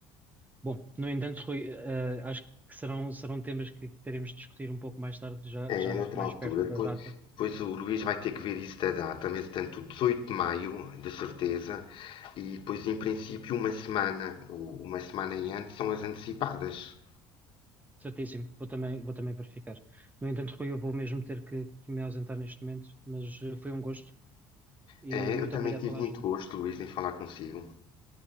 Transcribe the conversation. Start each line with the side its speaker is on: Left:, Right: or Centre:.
Right: Bom, no entanto, Rui, eh, acho que serão, serão temas que teremos de discutir um pouco mais tarde, já,
Left: É,
Right: já
Left: noutra
Right: mais
Left: altura.
Right: perto
Left: Depois,
Right: da data.
Left: depois o Luís vai ter que ver isso da data, mas tanto 18 de maio, de certeza, e depois, em princípio, uma semana, ou uma semana e antes, são as antecipadas.
Right: Certíssimo, vou também, vou também verificar. No entanto, Rui, eu vou mesmo ter que, que me ausentar neste momento, mas eh, foi um gosto e
Left: É,
Right: muito
Left: eu também
Right: obrigado
Left: tive
Right: pela
Left: muito
Right: ajuda.
Left: gosto, Luís, em falar consigo.